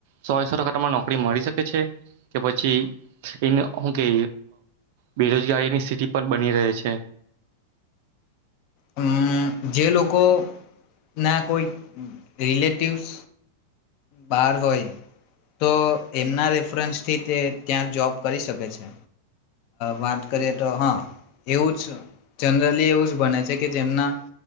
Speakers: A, on the right; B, on the left.
A: સોસો ટકા તમાને નોકરી મળી શકે છે કે પછી એ કે બેરોજગારીની સ્થિતિ પણ બની રહે છે?
B: હમ જે લોકો ના કોઈ રિલેટિવ્સ બાર હોય તો એમના રેફરન્સથી તે ત્યાં જોબ કરી શકે છે વાત કરીએ તો હા એવું જ જનરલી એવું જ બને છે કે જેમના